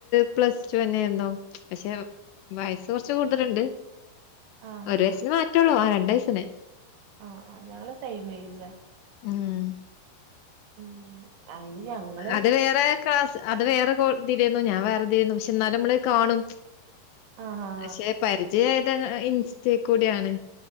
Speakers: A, on the left; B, on the right.
A: പ്ലസ് ടു തന്നെയായിരുന്നു പക്ഷെ വയസ്സ് കുറച്ച് കൂടുതലുണ്ട്
B: ആഹ്
A: ഒരു
B: ആഹ്
A: വയസ്സിന്
B: ആഹ്
A: മാറ്റുള്ളൂ ആ രണ്ട് വയസ്സിന്.
B: ആഹ് ആഹ് ഞങ്ങള് സെയിം എജാ.
A: ഉം.
B: ഉം. അയിന് ഞങ്ങ
A: അത് വേറെ ക്ലാസ് അത് വേറെ കോ ഇതിലായിരുന്നു ഞാൻ വേറെ ഇതിലായിരുന്നു പക്ഷെ എന്നാലും നമ്മള് കാണും.
B: ആഹ് ഹ.
A: പക്ഷെ പരിചയായത് ഇൻസ്റ്റ കൂടെ ആണ്.